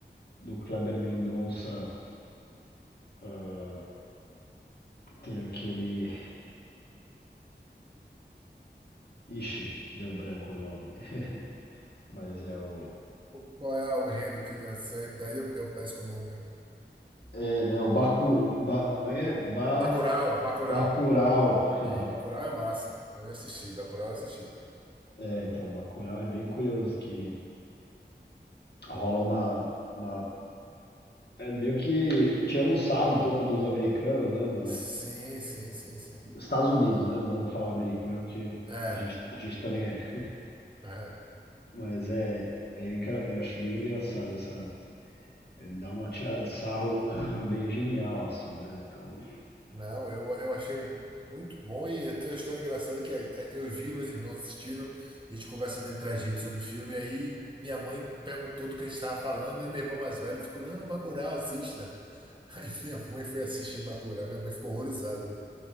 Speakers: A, on the left; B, on the right.
A: do Kleber Mendonça. ah, tem aquele. Ixi, deu branco o nome. <laughs> Mas é o.
B: Qu- Qual é o enredo que dá- daí eu, eu peço o nome?
A: É, né? O Baku, ba, como é que é? Ba,
B: Bacurau, Bacurau.
A: Bacurau. <laughs>
B: Ah, Bacurau é massa. Eu assisti, Bacurau eu assisti.
A: É, então, Bacurau é bem curioso que rola uma, uma é meio que tirando sarro um pouco dos americanos, né? Do,
B: Sim, sim, sim, sim.
A: Estados Unidos, né? Não vou falar americano, porque
B: É,
A: a gente, a gente também é.
B: é.
A: Mas é, é engra- eu acho bem engraçado essa. Ele dá uma tirada de sarro <laughs> <clears throat> bem genial, assim, né? Então.
B: Não, eu, eu achei muito bom e tem uma história engraçada que é- é, eu vi, meus irmãos assistiram, a gente conversando entre a gente sobre o filme, e aí minha mãe perguntou do que a gente estava falando e meu irmão mais velho ficou, não, Bacurau, assista. <laughs> Aí minha mãe foi assistir Bacurau, minha mãe ficou horrorizada.